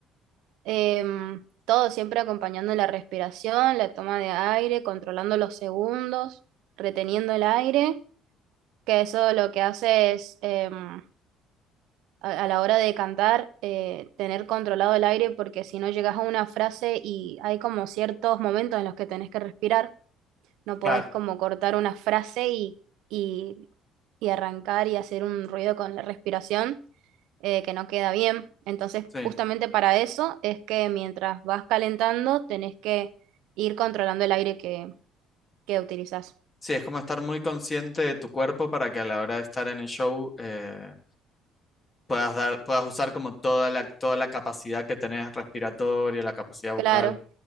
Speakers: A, on the right (about 80°); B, on the left (about 25°).
A: Em, todo siempre acompañando la respiración, la toma de aire, controlando los segundos, reteniendo el aire, que eso lo que hace es... em, a, a la hora de cantar, eh, tener controlado el aire, porque si no llegas a una frase y hay como ciertos momentos en los que tenés que respirar, no podés
B: Claro,
A: como cortar una frase y, y, y arrancar y hacer un ruido con la respiración eh, que no queda bien. Entonces,
B: sí.
A: justamente para eso es que mientras vas calentando, tenés que ir controlando el aire que, que utilizás.
B: Sí, es como estar muy consciente de tu cuerpo para que a la hora de estar en el show eh, puedas dar, puedas usar como toda la, toda la capacidad que tenés respiratoria, la capacidad vocal.
A: Claro,